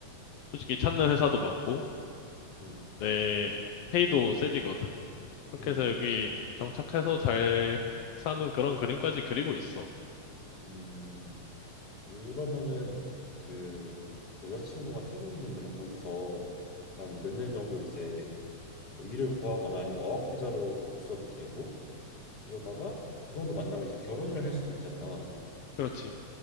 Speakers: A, on the left (about 75°); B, on the left (about 35°).
A: 솔직히 찾는 회사도 많고
B: 음. 음.
A: 내 페이도 세지거든. 그렇게
B: 음.
A: 해서 여기 정착해서 잘 사는 그런 그림까지 그리고 있어.
B: 음. 그러면은 그 여자친구가 태국인이면 거기서 한 몇 년 정도 이제 뭐 일을 구하거나 아니면 어학 비자로 있어도 되고 그러다가 그 정도 만나면 이제 결혼을 할 수도 있잖아.
A: 그렇지.